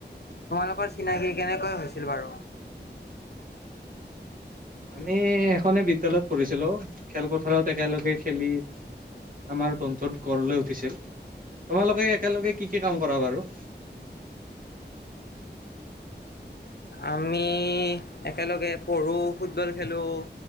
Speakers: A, on the left; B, on the right.
A: তোমালোকৰ চিনাকি কেনেকৈ হৈছিল বাৰু?
B: আমি এখনে বিদ্যালয়ত পঢ়িছিলোঁ, খেলপথাৰত একেলগে খেলি আমাৰ বন্ধত গঢ় লৈ উঠিছিল। তোমালোকে একেলগে কি, কি কাম কৰা বাৰু?
A: আমি একেলগে পঢ়োঁ, ফুটবল খেলোঁ।